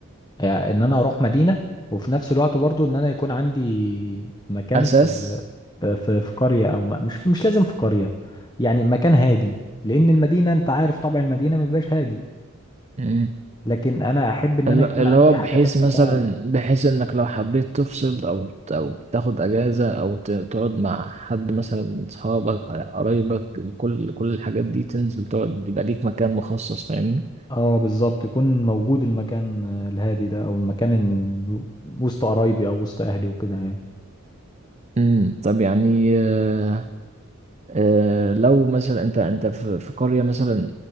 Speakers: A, on the left (about 20°); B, on the right (about 30°).
A: يعني إن أنا أروح مدينة وفي نفس الوقت برضو إن أنا يكون عندي مكان
B: اساس
A: آه، في في قرية او ما مش مش لازم في قرية يعني مكان هادي لان المدينة انت عارف طبع المدينة ما بيبقاش هادي
B: مم.
A: لكن انا احب ان
B: ال-
A: انا يكون
B: اللي
A: عندي
B: هو بحيث
A: حاجة تانية
B: مثلا
A: كده
B: بحيث انك لو حبيت تفصل او او تاخد اجازه او ت- تقعد مع حد مثلا من اصحابك قرايبك كل كل الحاجات دي تنزل تقعد يبقى ليك مكان مخصص فاهمني
A: اه بالظبط يكون موجود المكان آه، الهادي ده او المكان ال- وسط قرايبي او وسط اهلي وكده يعني
B: مم. طب يعني آه آه لو مثلا انت انت في في قريه مثلا